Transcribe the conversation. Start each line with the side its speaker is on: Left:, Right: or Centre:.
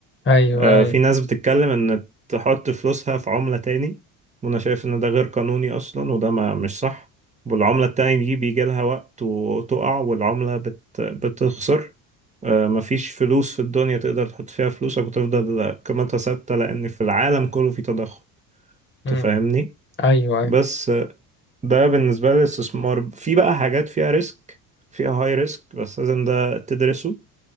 Left: ايوه
Right: آه،
Left: ايوه
Right: في ناس بتتكلم ان تحط فلوسها في عملة تاني وانا شايف ان ده غير قانوني اصلا وده ما مش صح والعملة التانية دي بيجي لها وقت وتقع والعملة بت بتخسر آه، مفيش فلوس في الدنيا تقدر تحط فيها فلوسك وتفضل قيمتها ثابتة لان في العالم كله في تضخم
Left: مم.
Right: تفهمني
Left: ايوه ايوه
Right: بس آه، ده بالنسبة للاستثمار في بقى حاجات فيها ريسك فيها هاي ريسك بس لازم ده تدرسه